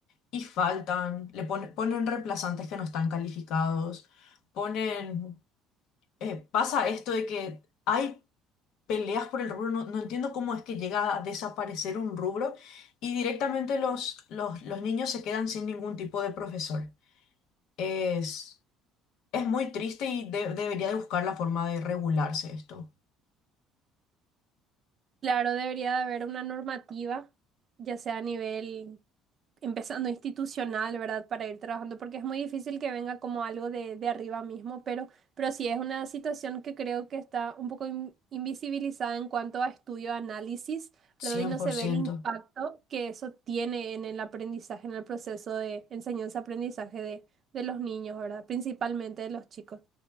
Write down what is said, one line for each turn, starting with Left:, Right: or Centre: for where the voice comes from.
Left: Y faltan, le pone- ponen reemplazantes que no están calificados, ponen, eh, pasa esto de que hay peleas por el rubro, no, no entiendo cómo es que llega a desaparecer un rubro y directamente los, los, los niños se quedan sin ningún tipo de profesor. Es, es muy triste y de- debería de buscar la forma de regularse esto,
Right: Claro, debería de haber una normativa, ya sea a nivel, empezando institucional, ¿verdad?, para ir trabajando, porque es muy difícil que venga como algo de, de arriba mismo, pero, pero sí es una situación que creo que está un poco in- invisibilizada en cuanto a estudio, análisis,
Left: cien
Right: ¿verdad? Y no
Left: por
Right: se
Left: ciento
Right: ve el impacto que eso tiene en el aprendizaje, en el proceso de enseñanza-aprendizaje de, de los niños, ¿verdad? Principalmente de los chicos.